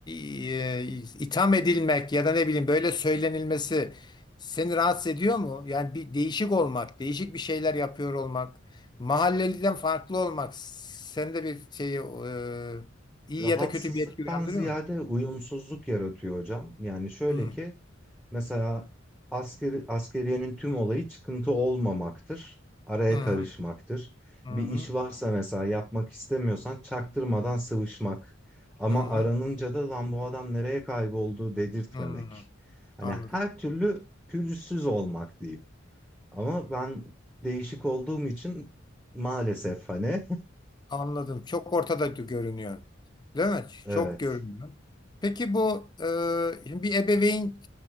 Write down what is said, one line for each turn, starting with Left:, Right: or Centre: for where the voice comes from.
Left: e, itham edilmek ya da ne bileyim böyle söylenilmesi seni rahatsız ediyor mu? Yani bir değişik olmak, değişik bir şeyler yapıyor olmak, mahalleliden farklı olmak sende bir şeyi e, iyi
Centre: rahatsızlıktan
Left: ya da kötü bir etki uyandırıyor
Centre: ziyade
Left: mu?
Centre: uyumsuzluk yaratıyor hocam. Yani şöyle
Left: Hı
Centre: ki Mesela askeri, askeriyenin tüm olayı çıkıntı olmamaktır. Araya
Left: hı
Centre: karışmaktır.
Left: hı hı
Centre: Bir iş varsa mesela yapmak istemiyorsan çaktırmadan sıvışmak. Ama
Left: hı
Centre: aranınca da lan bu adam nereye kayboldu dedirtmemek.
Left: hı.
Centre: Hani
Left: Anladım.
Centre: her türlü pürüzsüz olmak diyeyim. Ama ben değişik olduğum için maalesef hani
Left: Anladım. Çok ortada d- görünüyor. Değil mi?
Centre: <laughs>
Left: Çok
Centre: evet.
Left: görünüyor. Peki bu e, şimdi bir ebeveyn